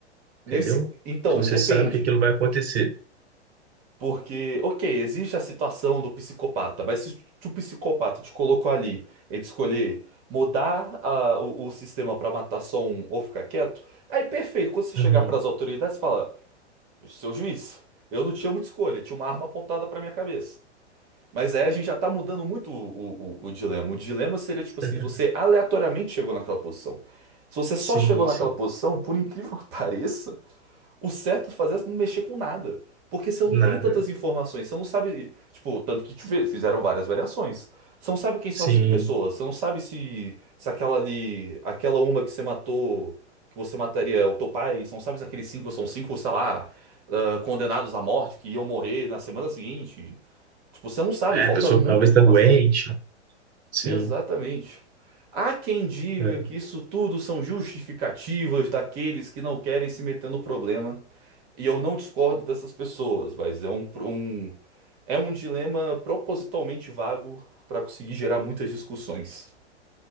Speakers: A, on the right; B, on the right.
A: entendeu?
B: nesse. Então,
A: Você
B: depende.
A: sabe que aquilo vai acontecer.
B: Porque, ok, existe a situação do psicopata, mas se o psicopata te colocou ali entre escolher mudar a- o, o sistema pra matar só um ou ficar quieto, aí perfeito. Quando você
A: Uhum.
B: chegar pras autoridades, fala. Seu juiz. Eu não tinha muita escolha, tinha uma arma apontada pra minha cabeça. Mas aí a gente já tá mudando muito o, o, o- o dilema. O dilema seria tipo assim:
A: <laughs>
B: você aleatoriamente chegou naquela posição. Se você só
A: Sim,
B: chegou naquela
A: sim.
B: posição, por incrível que <laughs> pareça, o certo a fazer é não mexer com nada. Porque você não
A: Nada.
B: tem tantas informações, você não sabe. Tipo, tanto que tive- fizeram várias variações. Você não sabe quem são
A: Sim.
B: as cinco pessoas, você não sabe se, se aquela ali. Aquela uma que você matou, que você mataria é o teu pai, você não sabe se aqueles cinco são cinco, sei lá, ah, condenados à morte que iam morrer na semana seguinte. Tipo, você não sabe,
A: É,
B: falta
A: a pessoa
B: muita
A: talvez
B: informação.
A: está doente. Sim.
B: Exatamente. Há quem diga
A: É.
B: que isso tudo são justificativas daqueles que não querem se meter no problema. E eu não discordo dessas pessoas, mas é um, um- é um dilema propositalmente vago para conseguir gerar muitas discussões.